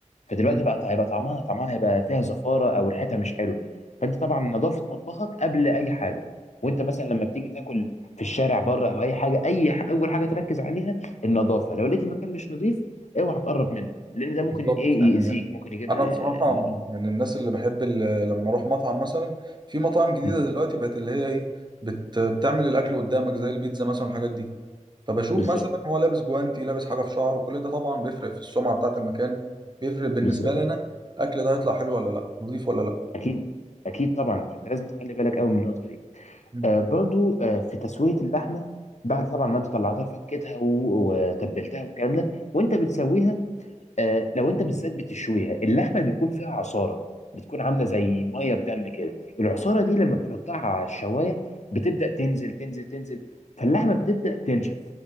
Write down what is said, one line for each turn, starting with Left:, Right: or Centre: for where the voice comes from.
Left: فدلوقتي
Right: مم،
Left: بقى هيبقى طعمها طعمها هيبقى فيها زفاره او ريحتها مش حلوه فانت طبعا نظافه مطبخك قبل اي حاجه وانت مثلا لما بتيجي تاكل في الشارع بره او اي حاجه اي ح- اول حاجه تركز عليها النظافه لو لقيت المكان مش نظيف اوعى تقرب منه لان ده ممكن
Right: بالظبط
Left: ايه
Right: يعني
Left: يأذيك ممكن يجيب
Right: انا
Left: ال-
Right: بصراحه من الناس اللي بحب ال- لما اروح مطعم مثلا في مطاعم جديده
Left: مم.
Right: دلوقتي بقت اللي هي ايه بت بتعمل الاكل قدامك زي البيتزا مثلا والحاجات دي فبشوف
Left: بالظبط
Right: مثلا هو لابس جوانتي لابس حاجه في شعره وكل ده طبعا بيفرق في السمعه بتاعه المكان بيفرق بالنسبه
Left: بالظبط
Right: لنا الاكل ده هيطلع حلو ولا لا نظيف ولا لا
Left: اكيد اكيد طبعا فانت لازم تخلي بالك قوي من النقطه دي
Right: مم.
Left: آه برضو آه في تسويه اللحمه بعد طبعا ما انت طلعتها فكيتها و- وتبلتها والكلام ده وانت بتسويها آه، لو انت بالذات بتشويها اللحمه بيكون فيها عصاره بتكون عامله زي ميه بدم كده العصاره دي لما بتحطها على الشوايه بتبدا تنزل تنزل تنزل فاللحمه بتبدا تنشف